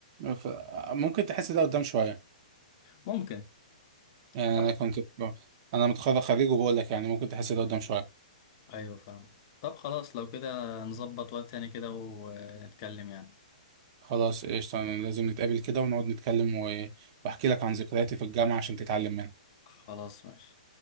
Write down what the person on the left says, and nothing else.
ممكن
طب
ايوه فاهم طب خلاص لو كده نظبط وقت تاني كده ونتكلم يعني
خلاص ماشي